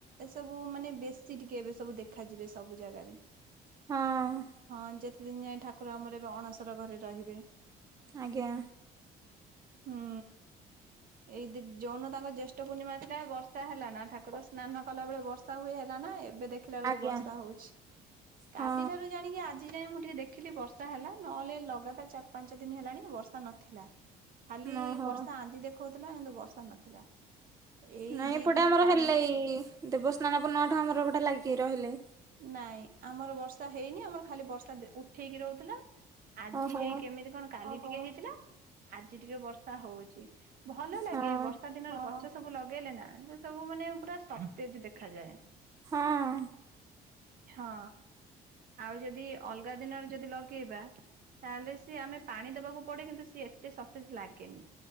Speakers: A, on the right (about 55°); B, on the right (about 20°).
A: ଏସବୁ ମାନେ ବେଶୀ ଟିକେ ଏବେ ସବୁ ଦେଖାଯିବେ ସବୁ ଜାଗାରେ।
B: ହଁ
A: ହଁ ଯେତେ ଦିନ ଯାଏ ଠାକୁର ଆମର ଏବେ ଅଣସର ଘରେ ରହିବେ।
B: ଆଜ୍ଞା।
A: ହୁଁ। ଏଇ ଯଉନ ଦିନ ତାଙ୍କ ଜେଷ୍ଠ ପୂର୍ଣ୍ଣିମା ଥିଲା ବର୍ଷା ହେଲା ନା ଠାକୁର ସ୍ନାନ କଲା ବେଳେ ବର୍ଷା ହୁଏ ହେଲା ନା ଏ ଏବେ ଦେଖିଲା ବେଳକୁ
B: ଆଜ୍ଞା
A: ବର୍ଷା ହଉଛି
B: ହଁ
A: କାଲି ଠାରୁ ଜାଣିକି ଆଜି ଯାଇ ମୁଁ ଟିକେ ଦେ ଦେଖିଲି ବର୍ଷା ହେଲା ନହେଲେ ଲଗାତାର ଚାରି ପାଞ୍ଚ ଦିନ ହେଲାଣି ବର୍ଷା ନଥିଲା। ଖାଲି
B: ଓହୋ।
A: ବର୍ଷା ଆନ୍ତି ଦେଖଉଥିଲା କିନ୍ତୁ ବର୍ଷା ନଥିଲା। ଏଇ
B: ନାଇଁ
A: ଦି
B: ଏପଟେ
A: ଦିନ
B: ଆମର
A: କାଲି
B: ହେଲେ ଏଇ ଦେବସ୍ନାନ ପୂର୍ଣ୍ଣମିଠୁ ଆମର ଏପଟେ ଲାଗିକି ରହିଲେ।
A: ନାଇଁ ଆମର ବର୍ଷା ହେଇନି ଆମର ଖାଲି ବର୍ଷା ଉଠେଇକି ରହୁଥିଲା। ଆଜି
B: ଓହୋ
A: ହେଇ କେମିତି କଣ କାଲି ଟିକେ ହେଇଥିଲା। ଆଜି ଟିକେ ବର୍ଷା ହଉଛି। ଭଲ ଲାଗେ
B: ହଁ
A: ବର୍ଷା ଦିନରେ ଗଛ ସବୁ ଲଗେଇଲେ ନା ସେ ସବୁ ମାନେ ପୁରା ସତଜ ଦେଖାଯାଏ।
B: ହଁ।
A: ହଁ ଆଉ ଯଦି ଅଲଗା ଦିନରେ ଯଦି ଲଗେଇବା ତାହେଲେ ସିଏ ଆମେ ପାଣି ଦବାକୁ ପଡେ କିନ୍ତୁ ସିଏ ଏତେ ସତେଜ ଲାଗେନି।